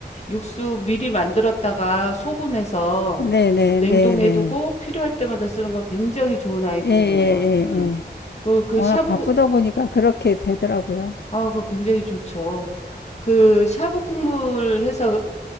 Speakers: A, on the left; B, on the left.
A: 육수 미리 만들었다가 소분해서
B: 네네,
A: 냉동해두고
B: 네네.
A: 필요할 때마다 쓰는 거 굉장히 좋은 아이템이에요.
B: 예, 예, 예,
A: 음.
B: 예.
A: 그, 그
B: 워낙
A: 샤브,
B: 바쁘다 보니까 그렇게 되더라고요.
A: 아, 그 굉장히 좋죠. 그 샤브 국물 해서